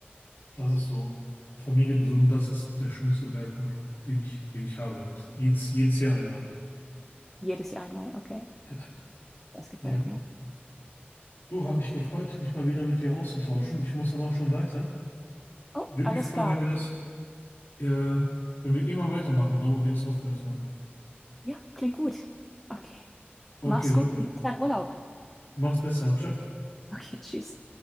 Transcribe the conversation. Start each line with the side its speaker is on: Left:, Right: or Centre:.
Left: das ist so. Familie besuchen, das ist der schönste Bergurlaub, den ich, den ich habe halt. Jedes, jedes Jahr einmal.
Centre: Jedes Jahr einmal. Okay.
Left: Ja.
Centre: Das gefällt
Left: Ja.
Centre: mir.
Left: Du, hat mich gefreut, mich mal wieder mit dir auszutauschen. Ich muss dann auch schon weiter.
Centre: Oh,
Left: Würde
Centre: alles
Left: mich freuen,
Centre: klar.
Left: wenn wir das Äh, wenn wir irgendwann weitermachen, da wo wir jetzt aufgehört haben.
Centre: Ja, klingt gut. Okay.
Left: Okay,
Centre: Mach's
Left: super.
Centre: gut. Bis dann Urlaub.
Left: Mach's besser. Ciao.
Centre: Okay, tschüss.